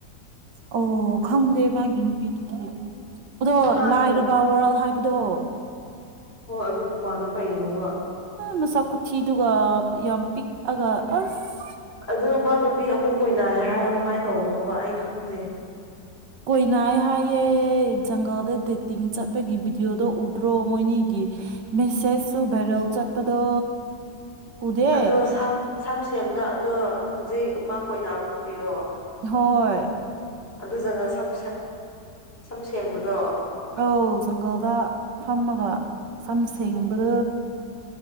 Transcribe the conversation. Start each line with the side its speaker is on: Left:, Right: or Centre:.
Right: ꯑꯣ ꯈꯪꯗꯦ ꯃꯥꯒꯤ ꯅꯨꯄꯤꯗꯨꯗꯤ ꯑꯗꯣ
Left: ꯃꯥꯗꯣ
Right: ꯂꯥꯏꯔꯕ ꯋꯥꯔꯜ ꯍꯥꯏꯕꯗꯣ
Left: ꯍꯣꯏ ꯑꯗꯨ ꯅꯨꯄꯥꯅ ꯀꯩꯅꯣꯕ
Right: ꯃꯁꯥ ꯈꯨꯊꯤꯗꯨꯒ ꯌꯥꯝ ꯄꯤꯛꯑꯒ ꯑꯁ
Left: ꯑꯗꯣ ꯃꯥ ꯅꯨꯄꯤ ꯑꯃꯨꯛ ꯑꯣꯏꯅꯑ ꯍꯥꯏꯔꯣ ꯀꯃꯥꯏꯅ ꯇꯧꯕꯅꯣꯕ ꯑꯩ ꯈꯪꯗꯦ
Right: ꯀꯣꯏꯅꯥ ꯑꯩ ꯍꯥꯏꯌꯦꯦ ꯖꯪꯒꯜꯗ ꯗꯦꯇꯤꯡ ꯆꯠꯄꯒꯤ ꯚꯤꯗꯤꯑꯣꯗꯣ ꯎꯗ꯭ꯔꯣ ꯃꯣꯏꯅꯤꯒꯤ ꯃꯤꯁꯦꯁꯁꯨ ꯚꯦꯔꯦꯜ ꯆꯠꯄꯗꯣ ꯎꯗꯦ
Left: ꯑꯗꯣꯝ ꯁꯝ ꯁꯦꯝꯦꯝꯗꯣ ꯑꯗꯣ ꯍꯧꯖꯤꯛ ꯃꯥ ꯀꯣꯏꯕ ꯅꯨꯄꯤꯔꯣ
Right: ꯍꯣꯏ
Left: ꯑꯗꯨꯖꯅ ꯁꯝ ꯁꯦꯝꯕꯗꯣ
Right: ꯑꯧ ꯖꯪꯒꯜꯗ ꯐꯝꯃꯒ ꯁꯝ ꯁꯦꯡꯕꯗꯨ